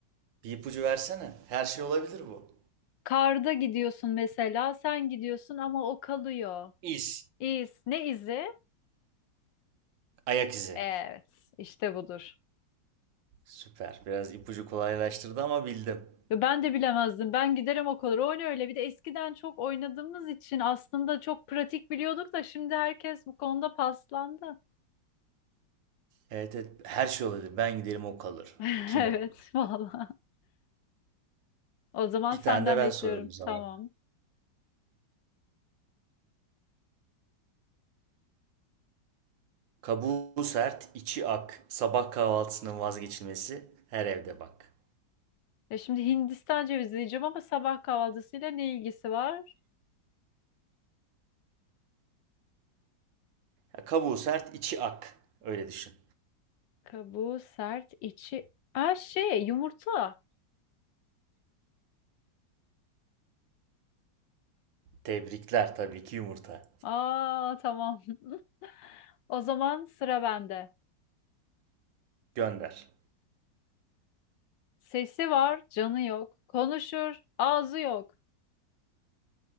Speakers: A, on the right (about 85°); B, on the left (about 80°).
A: Bir ipucu versene. Her şey olabilir bu.
B: Karda gidiyorsun mesela, sen gidiyorsun ama o kalıyor.
A: İz.
B: İz, ne izi?
A: Ayak izi.
B: Evet, işte budur.
A: Süper. Biraz ipucu kolaylaştırdı ama bildim.
B: Ya ben de bilemezdim. Ben giderim o kadar. Öyle öyle. Bir de eskiden çok oynadığımız için aslında çok pratik biliyorduk da şimdi herkes bu konuda paslandı.
A: Evet evet her şey olabilir. Ben giderim o kalır.
B: <laughs>
A: Kim
B: Evet,
A: o?
B: valla. O zaman
A: Bir
B: senden
A: tane de ben
B: bekliyorum.
A: sorayım o zaman.
B: Tamam.
A: Kabuğu sert, içi ak. Sabah kahvaltısının vazgeçilmesi her evde bak.
B: Ya şimdi Hindistan cevizi diyeceğim ama sabah kahvaltısıyla ne ilgisi var?
A: Ya, Kabuğu sert, içi ak. Öyle düşün.
B: Kabuğu sert, içi... Aa şey, yumurta.
A: Tebrikler tabii ki yumurta.
B: Aa tamam. <laughs> O zaman sıra bende.
A: Gönder.
B: Sesi var, canı yok. Konuşur, ağzı yok.